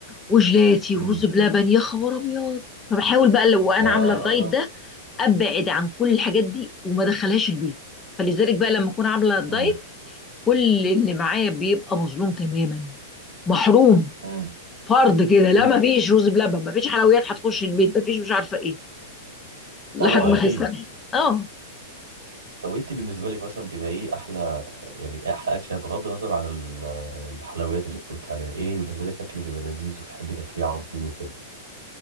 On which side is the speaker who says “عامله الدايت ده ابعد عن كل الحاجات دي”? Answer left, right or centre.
Left